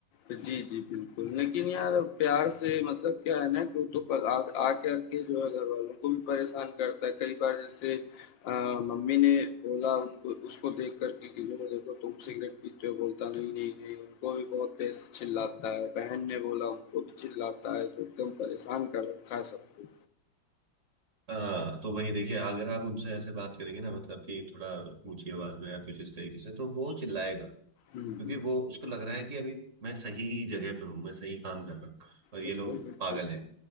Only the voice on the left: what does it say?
जी, जी, बिल्कुल। लेकिन यार अब प्यार से मतलब क्या है ना कि वो तो पर आ आ करके जो है घरवालों को भी परेशान करता है। कई बार जैसे अ, मम्मी ने बोला उनको उसको देख कर के कि जो है देखो तुम सिगरेट पीते हो, बोलता नहीं, नहीं, नहीं, उनको भी बहुत तेज़ से चिल्लाता है। बहन ने बोला उनको भी चिल्लाता है, तो एकदम परेशान कर रखा है सबको।
हुँ।
बिल्कुल,
बिल्कुल।